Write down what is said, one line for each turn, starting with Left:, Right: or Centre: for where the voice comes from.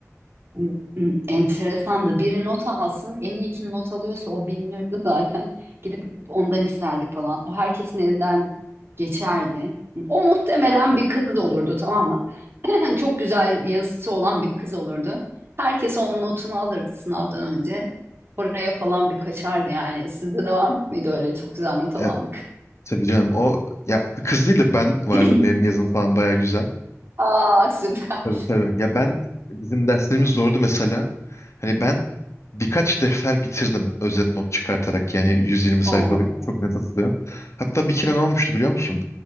Right: <clears throat> M- m- Enteresandı. Biri not alsın. En iyi kim not alıyorsa o bilinirdi zaten. Gidip ondan isterdik falan. O herkesin elinden geçerdi. O muhtemelen bir kız olurdu tamam mı? <clears throat> Çok güzel yazısı olan bir kız olurdu. Herkes onun notunu alırdı sınavdan önce. Oraya falan bir kaçardı yani. Sizde de var mıydı öyle çok güzel not alan
Left: E,
Right: bir kız?
Left: tabii canım o ya kız değil de ben vardım.
Right: <clears throat>
Left: Benim yazım falan baya güzel.
Right: Aa süper.
Left: Tabii tabii. Ya ben bizim derslerimiz zordu mesela. Hani ben birkaç defter bitirdim özet not çıkartarak yani 120 sayfalık
Right: Oo.
Left: çok net hatırlıyorum. Hatta bir kere ne olmuştu biliyor musun?